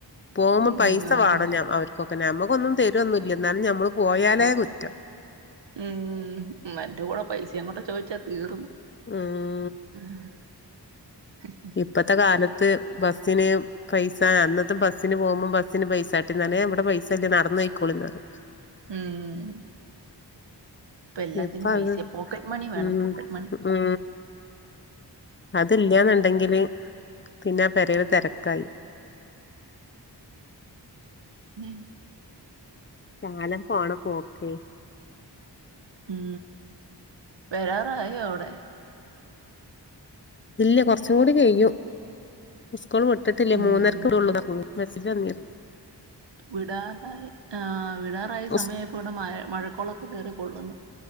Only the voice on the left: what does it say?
പോകുമ്പോ
പൈസ
വേണം ഞ അവർക്കൊക്കെ നഞമ്മക്കൊന്നും തരൊന്നുമല്ല എന്നാലും നമ്മള് പോയാലേ
കുറ്റം
ആഹ
ഇപ്പത്തെ കാലത്ത് ബസ്സിന് പൈസ അന്നത്തും ബസ്സിന് പോകുമ്പോം ബസ്സിന് പൈസട്ടിന്നനേ ഇവിടെ പൈസ ഇല്ലേ നടന്നു കഴക്കോളിന്ന് പറ
ഇപ്പ
അത്
ഉ
ഉ അതില്ലന്നുണ്ടെങ്കില് പിന്നെ പരൽ തിരക്കായി
ശാലം പോണ പോക്കെ
ഇല്ല കുറച്ചും കൂടി ചെയ്യും സ്കൂൾ വിട്ടത്തില്ലേ
മൂന്നേരക്ക്ള്ളൂ പറഞ്ഞു വസിഞി
ഉസ്